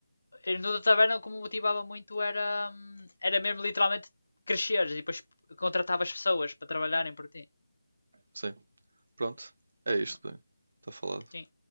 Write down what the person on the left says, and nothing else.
ir no da taverna, como me motivava muito, era, hum, era mesmo literalmente cresceres e depois contratavas pessoas para trabalharem por ti.
Não,
Sim.